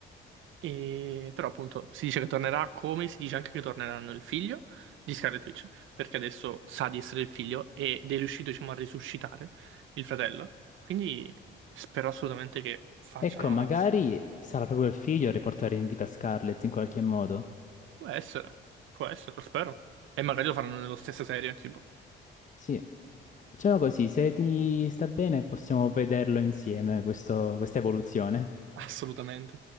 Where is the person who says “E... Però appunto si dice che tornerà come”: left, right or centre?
Right